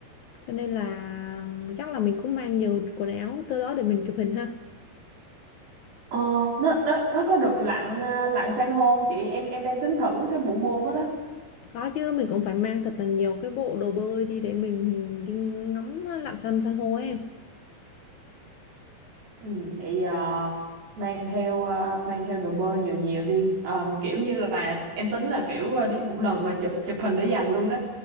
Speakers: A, on the left (about 80°); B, on the right (about 60°).
A: cho nên là chắc là mình cũng mang nhiều quần áo tới đó để mình chụp hình ha
B: ờ nó nó nó có được lặn à, lặn san hô không chị em em đang tính thử cái bộ môn đó đó
A: có chứ mình cũng phải mang thật là nhiều cái bộ đồ bơi đi để mình mình đi ngắm lặn san san hô ấy em
B: Ừ, vậy ờ, mang theo ờ, mang theo đồ bơi nhiều nhiều đi Ờ, kiểu như là em tính là kiểu ờ, đi một lần mà chụp chụp hình để dành luôn đó